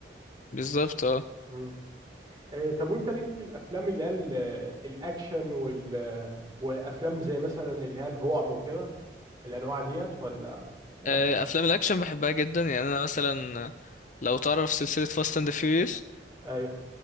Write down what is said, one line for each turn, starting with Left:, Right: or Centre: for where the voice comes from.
Left: بالظبط اه
Right: وكده آه، طب وانت ليك في الافلام اللي هي ال- الاكشن وال وافلام زي مثلا اللي هي الرعب وكده الانواع ديت ولا مالكش
Left: آه،
Right: فيها؟
Left: افلام الاكشن بحبها جدا يعني انا مثلا لو تعرف سلسله فاست اند فيوريوس
Right: ايوه